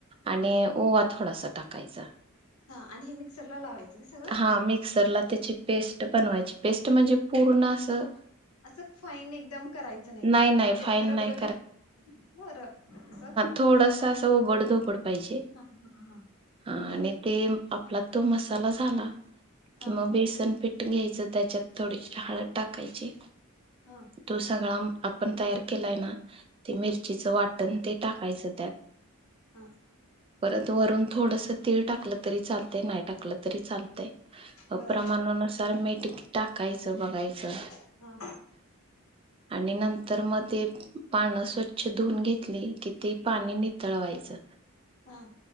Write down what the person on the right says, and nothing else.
आणि
ओवा थोडासा टाकायचा.
हा, मिक्सरला त्याची पेस्ट बनवायची. पेस्ट म्हणजे पूर्ण असं
नाही नाही
फाईन
नाही
थोडसं असं ओबड धोबड पाहिजे
आणि
ते म् आपला तो मसाला झाला,
की म बेसन पीट् ट् घ्यायचं, त्याच्यात थोडीशी हळद टाकायची
तो सगळा म् आपन तयार केलाय ना, ते
मिरचीचं वाटन, ते टाकायचं त्यात-
परत वरून थोडसं तीळ टाकलं तरी चालते, नाई टाकलं तरी चाल तयं. अ
प्रमाणानुसार मीट कित टाकायचं बघायचं.
आणि नंतर मग ते पाणं स्वच्छ धुवून घेतली, कि ती पानी नितळवायचं.